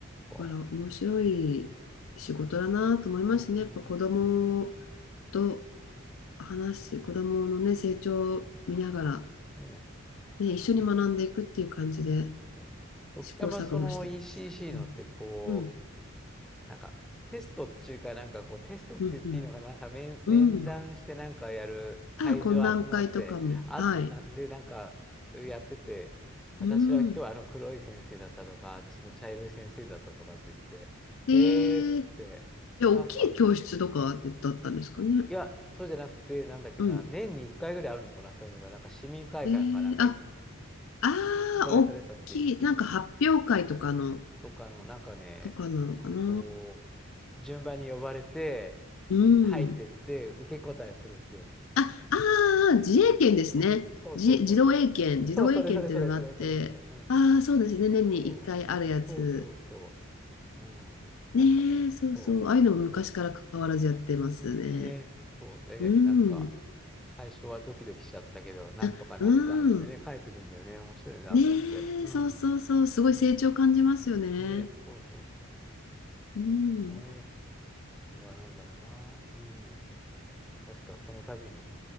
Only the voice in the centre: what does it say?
そっ
か。あ、本当に。
うん、うん、う
ん。ね、ね。
ね時たまその
ECC
のってこ
う、なんかテストっていうか、なんかこうテストって言っていいのかな、
なんか面、面談してなんかやる会場集まって、
あ、
なんでなんかやってて、私は今日あの黒い先生だったとか、
あっちの茶色い先生だったとかって言って、へーっつって、
なんか、いや、そうじゃなくて、なんだっけな、
年に1回ぐらいあるのかな、そういうのが、なんか市民会館かなんかい、
それそれそっち。
とかの、なんかね、
うーんと、順番に呼ばれて、
入ってって、受け答えするってやつ。
そうそうそうそう。
そう、それそれそれそれそれそれ。うん。
そう。そうそうそう。うん。
なんかね、
そ
う。ね。そうで、
なんか、最初はドキドキしちゃったけど、なんとかなったっつってね、
帰ってくんだよね。面白いなと思って。
うん。
そうね、そうそうそうそう。
このはなんだろうな。うん。確かその度に